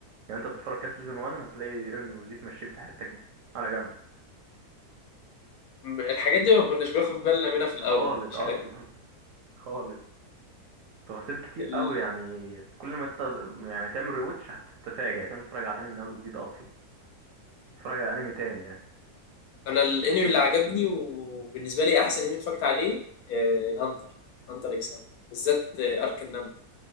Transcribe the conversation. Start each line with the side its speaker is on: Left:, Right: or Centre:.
Right: يعني انت بتتفرج كده في سيزون 1 هتلاقي رينو وزيك ماشيين في حتة كده على جنب
Left: م- الحاجات دي ما كناش بناخد بالنا منها في
Right: خالص
Left: الاول مش
Right: اصلا <laughs> خالص تفاصيل كتير
Left: عارف
Right: قوي يعني كل ما انت يعني تعمل ريوتش هتتفاجئ كان بتتفرج على الانمي من اول وجديد اصلا بتتفرج على انمي تاني اساسا
Left: انا الانمي اللي عجبني وبالنسبه لي احسن انمي اتفرجت عليه آه، هانتر هانتر اكس هانتر بالذات آه، ارك النمل